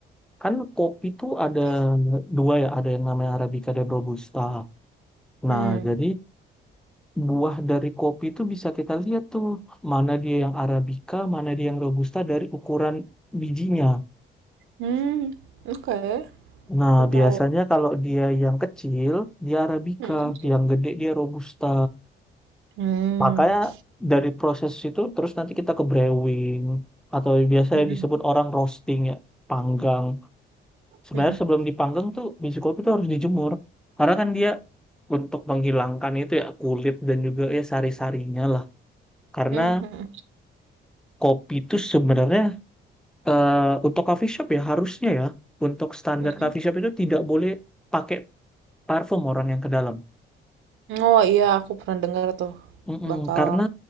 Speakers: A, in the centre; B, on the right.
A: kan kopi tuh ada dua ya ada yang namanya Arabica dan Robusta
B: Hmm.
A: nah jadi buah dari kopi itu bisa kita lihat tuh mana dia yang Arabica, mana dia yang Robusta dari ukuran bijinya.
B: Hmm. Oke,
A: Nah,
B: Aku tahu.
A: biasanya kalau dia yang kecil, dia Arabica,
B: Hmm.
A: yang gede dia Robusta.
B: Hmm.
A: Makanya dari proses itu terus nanti kita ke brewing atau biasanya
B: Hmm.
A: disebut orang roasting ya, panggang. Sebenarnya
B: Hmm.
A: sebelum dipanggang tuh biji kopi itu harus dijemur. Karena kan dia untuk menghilangkan itu ya kulit dan juga ya sari-sarinya lah. Karena
B: Hmm.
A: kopi itu sebenarnya eh untuk coffee shop ya harusnya ya untuk standar
B: Mhm.
A: coffee shop itu tidak boleh pakai parfum orang yang ke dalam.
B: Oh iya, aku pernah dengar tuh.
A: Mm-mm,
B: Bakal
A: karena